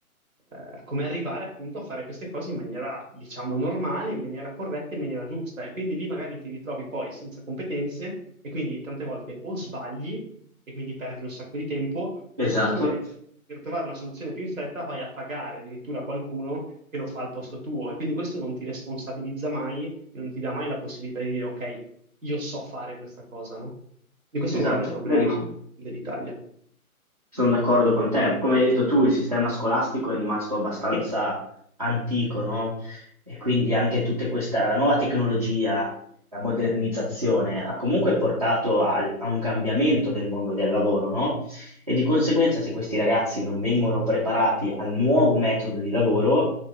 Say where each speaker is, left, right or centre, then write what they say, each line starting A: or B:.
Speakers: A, on the right; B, on the right.
A: eh, come arrivare appunto a fare queste cose in maniera, diciamo, normale, in maniera corretta, in maniera giusta. E quindi lì magari ti ritrovi poi senza competenze e quindi tante volte o sbagli e quindi perdi un sacco di tempo, oppure
B: esatto,
A: per trovare una soluzione più in fretta vai a pagare addirittura qualcuno che lo fa al posto tuo e quindi questo non ti responsabilizza mai non ti dà mai la possibilità di dire, ok, io so fare questa cosa, no? E questo
B: esatto,
A: è un grande problema
B: verissimo.
A: dell'Italia.
B: Sono d'accordo con te. Come hai detto tu, il sistema scolastico è rimasto abbastanza antico, no? E quindi anche tutta questa, la nuova tecnologia, la modernizzazione ha comunque portato al- a, un cambiamento del mondo del lavoro, no? E di conseguenza, se questi ragazzi non vengono preparati al nuovo metodo di lavoro,